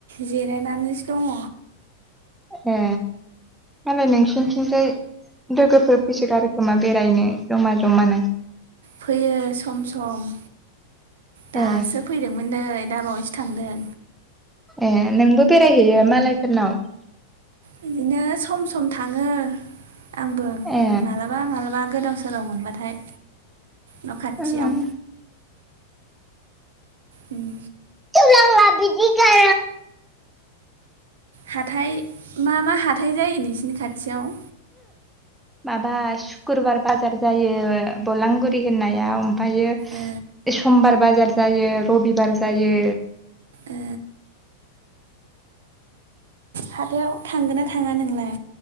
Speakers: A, on the right; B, in the centre.
A: जिरायनानैसो दङ।
B: ए। मालाय नोंसिनिथिंजाय लोगोफोर फैसोगारोखोमा बेरायनो जमा जमा नों
A: फैयो सम सम दासो
B: ए
A: फैदोंमोन नै दाबावैसो थांदों
B: ए नोंबो बेरायहैयो मालायफोरनाव?
A: बिदिनो सम सम थाङो आंबो
B: ए
A: मालाबा मालाबा गोदाव सोराव मोनबाथाय न' खाथियाव
B: उम
A: ओम
B: होनांला‌ बिदिखो <unintelligible>
A: हाथाय मा मा हाथाय जायो नोंसिनि खाथियाव?
B: माबा सुक्रुबार बाजार जायो बलांगुरि होननायाव ओमफ्रायो
A: ओ
B: समबार बाजार जायो रबिबार जायो।
A: ए हाथायाव थांगोन ना थाङा नोंलाय